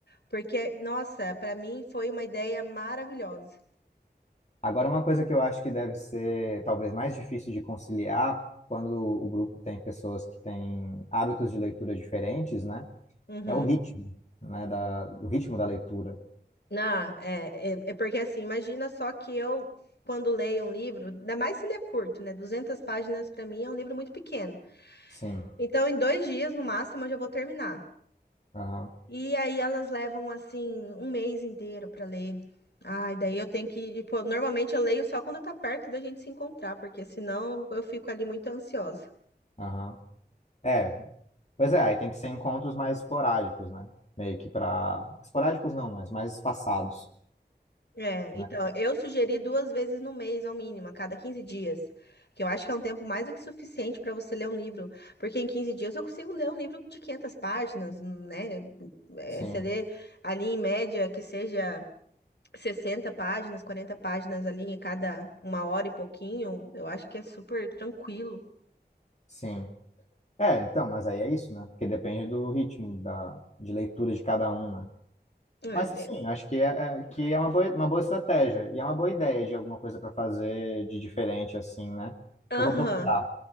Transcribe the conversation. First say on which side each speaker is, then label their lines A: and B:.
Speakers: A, on the left; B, on the left.
A: Porque, nossa, pra mim foi uma ideia maravilhosa.
B: Agora, uma coisa que eu acho que deve ser talvez mais difícil de conciliar quando o grupo tem pessoas que têm hábitos de leitura diferentes, né?
A: Uhum.
B: É o ritmo, né? Da, o ritmo da leitura.
A: Ah, é, é, é porque assim, imagina só que eu, quando leio um livro, ainda mais se ele é curto, né? 200 páginas para mim é um livro muito pequeno.
B: Sim.
A: Então, em dois dias, no máximo, eu já vou terminar.
B: Aham.
A: E aí elas levam, assim, um mês inteiro para ler. Ai, daí eu tenho que, tipo, normalmente eu leio só quando tá perto da gente se encontrar, porque senão eu fico ali muito ansiosa.
B: Aham. É, pois é, aí tem que ser encontros mais esporádicos, né? Meio que para Esporádicos não, mas mais espaçados,
A: É,
B: né?
A: então, eu sugeri duas vezes no mês, ao mínimo, a cada 15 dias. Que eu acho que é um tempo mais do que suficiente para você ler um livro. Porque em 15 dias eu consigo ler um livro de 500 páginas, né? É,
B: Sim,
A: você lê ali em média que seja 60 páginas, 40 páginas ali em cada uma hora e pouquinho, eu acho que é super tranquilo.
B: sim. É, então, mas aí é isso, né? Porque depende do ritmo da... de leitura de cada um, né?
A: É,
B: Mas sim,
A: é-
B: acho que é, é- que é uma boa, uma boa estratégia e é uma boa ideia de alguma coisa para fazer de diferente, assim, né?
A: Aham.
B: Eu vou procurar,